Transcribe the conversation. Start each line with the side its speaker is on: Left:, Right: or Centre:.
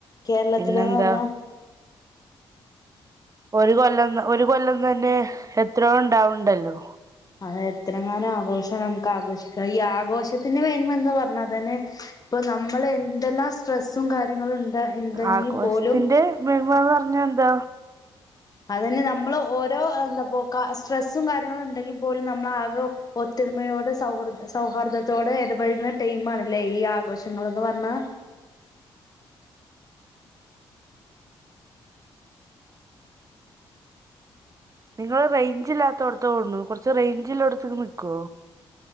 Left: കേരളത്തിലത്തിലെ
Right: പിന്നെന്താ
Left: പറഞ്ഞാ
Right: ഒരു കൊല്ലം ഒരു കൊല്ലം തന്നെ എത്രയോ ഉണ്ടാവണ്ടല്ലോ?
Left: അ എത്ര കാനം ആഘോഷം നമുക്ക് ആഘോഷിക്കാം, ഈ ആഘോഷത്തിന്റെ വേന്മ എന്ന് പറഞ്ഞാൽ തന്നെ ഇപ്പൊ നമ്മൾ എന്തെല്ലാം സ്ട്രെസ്സും കാര്യങ്ങളും ഉണ്ട്. ഉണ്ടെങ്കിൽ
Right: ആഘോഷത്തിന്റെ
Left: പോലും
Right: മേന്മ എന്ന് പറഞ്ഞാ എന്താ
Left: അത്ന്നെ നമ്മൾ ഓരോ എന്താപ്പോ കാ സ്ട്രെസ്സും കാര്യങ്ങളും ഉണ്ടെങ്കിൽ പോലും നമ്മൾ ആകെ ഒത്തൊരുമയോട് സൗഹൃദ സൗഹാർദത്തോട് ഇടപഴകുന്ന ടൈം ആണല്ലേ ഈ ആഘോഷങ്ങൾന്ന് പറഞ്ഞാ
Right: നിങ്ങള്ൾ റേഞ്ചില്ലാത്തേട്ത്താണ് കൊറച്ച് റേഞ്ചിഇല്ലേടുത്ക്ക് നിക്കോ